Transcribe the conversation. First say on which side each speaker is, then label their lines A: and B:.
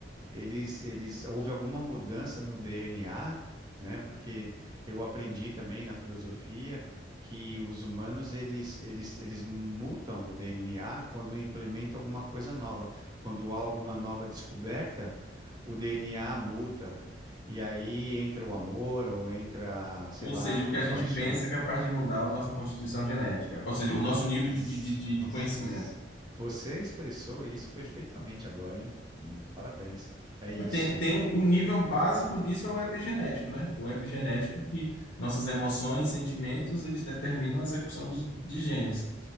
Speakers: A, on the right; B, on the left.
A: Eles, eles, houve alguma mudança no DNA, né? Porque eu aprendi também na filosofia que os humanos eles, eles, eles mutam o DNA quando implementam alguma coisa nova. Quando há alguma nova descoberta, o DNA muta. E aí entra o amor ou entra, sei
B: Ou
A: lá,
B: seja,
A: a
B: o que
A: compaixão.
B: a gente pensa é capaz de mudar a nossa constituição genética, ou seja, o nosso nível
A: Ex-
B: de, de, de
A: Nossa,
B: de conhecimento.
A: você, você expressou isso perfeitamente agora, hein? Hum, Parabéns. É isso.
B: É, Tem, tem o o nível básico disso é o epigenético, né? O epigenético que nossas emoções, sentimentos, eles determinam a execução de, de genes.